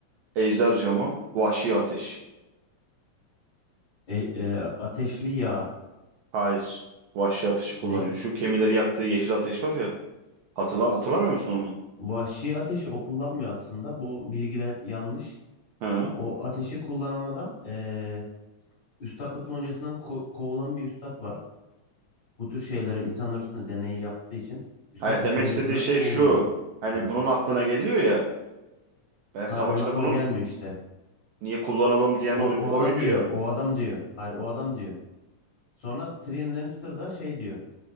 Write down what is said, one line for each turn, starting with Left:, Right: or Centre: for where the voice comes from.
Right: ejder camı, vahşi ateş.
Left: E, e, ateşli yağ
Right: Hayır. Vahşi ateşi kullanıyor.
Left: ne?
Right: Şu gemileri yaktığı yeşil ateş var ya. Hatırla hatırlamıyor musun onu?
Left: Vahşi ateşi o kullanmıyor aslında. Bu bilgi ben yanlış.
Right: Hı.
Left: O ateşi kullanan adam e, üstatlık loncasından ko- kovulan bir üstat var. Bu tür şeylere insanlar üstünde deneyi yaptığı için üstatlık
Right: Hayır, demek
Left: loncasından
Right: istediği şey
Left: kovuluyor.
Right: şu. Hani
Left: Heh.
Right: bunun aklına geliyor ya. Ben
Left: Hayır
Right: savaşta
Left: onun aklına
Right: bunun
Left: gelmiyor işte.
Right: niye kullanalım diyen
Left: O,
Right: oydu,
Left: o
Right: oydu
Left: adam diyor.
Right: ya.
Left: O adam diyor. Hayır o adam diyor. Sonra Tyrion Lannister da şey diyor.